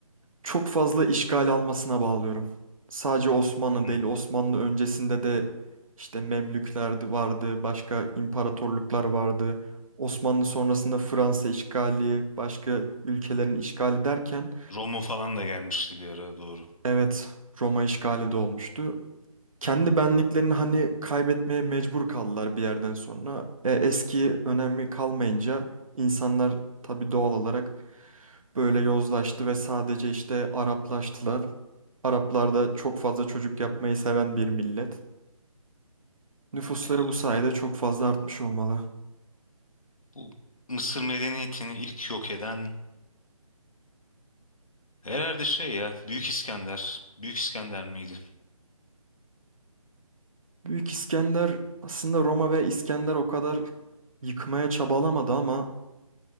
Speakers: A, on the right; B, on the left.
A: çok fazla işgal almasına bağlıyorum. Sadece Osmanlı
B: Hmm.
A: değil, Osmanlı öncesinde de işte Memlükler de vardı, başka imparatorluklar vardı. Osmanlı sonrasında Fransa işgali, başka ülkelerin işgali derken
B: Roma falan da gelmişti bir ara doğru.
A: evet Roma işgali de olmuştu kendi benliklerini hani kaybetmeye mecbur kaldılar bir yerden sonra. E, eski önemi kalmayınca insanlar tabii doğal olarak böyle yozlaştı ve sadece işte Araplaştılar. Araplar da çok fazla çocuk yapmayı seven bir millet. Nüfusları
B: Yani
A: bu sayede çok fazla artmış olmalı.
B: bu Mısır medeniyetini ilk yok eden herhalde şey ya Büyük İskender. Büyük İskender miydi?
A: Büyük İskender aslında Roma ve İskender o kadar yıkmaya çabalamadı ama